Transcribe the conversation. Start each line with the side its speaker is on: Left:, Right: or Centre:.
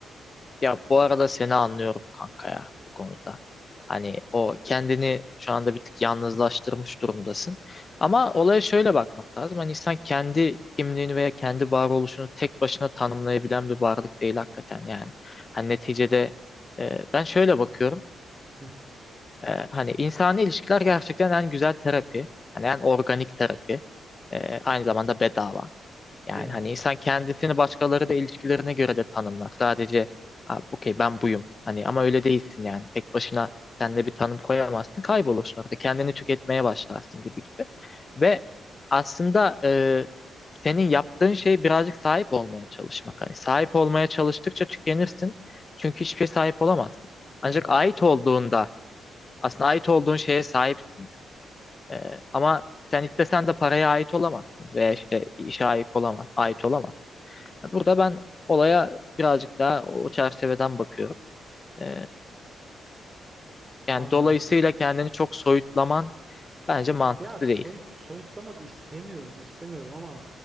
Left: Ya bu arada seni anlıyorum kanka ya bu konuda. Hani o kendini şu anda bir tık yalnızlaştırmış durumdasın. Ama olaya şöyle bakmak lazım. Hani insan kendi kimliğini veya kendi varoluşunu tek başına tanımlayabilen bir varlık değil hakikaten yani. Hani neticede e, ben şöyle bakıyorum.
Right: Hı,
Left: E, hani insani ilişkiler gerçekten en güzel terapi. Hani en organik terapi. E, aynı zamanda bedava. Yani
Right: yani
Left: hani insan kendisini başkaları da ilişkilerine göre de tanımlar. Sadece "Abi, okey ben buyum. Hani ama öyle değilsin yani. Tek başına kendine bir tanım koyamazsın. Kaybolursun orada. Kendini tüketmeye başlarsın gibi gibi. Ve aslında e, senin yaptığın şey birazcık sahip olmaya çalışmak. Hani sahip olmaya çalıştıkça tükenirsin. Çünkü hiçbir şeye sahip olamazsın.
Right: yani
Left: Ancak ait olduğunda aslında ait olduğun şeye sahipsin. E, ama sen istesen de paraya ait olamazsın veya işte işe ait olamaz, ait olamazsın. Burada ben olaya birazcık daha o çerçeveden bakıyorum. Ee, yani
Right: anladım.
Left: dolayısıyla kendini çok soyutlaman bence mantıklı
Right: Ya soyut
Left: değil.
Right: soyutlamak istemiyorum istemiyorum ama